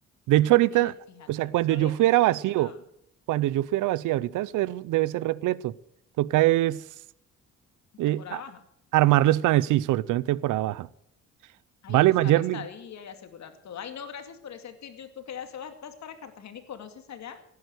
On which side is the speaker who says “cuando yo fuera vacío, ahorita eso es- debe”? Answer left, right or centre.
Right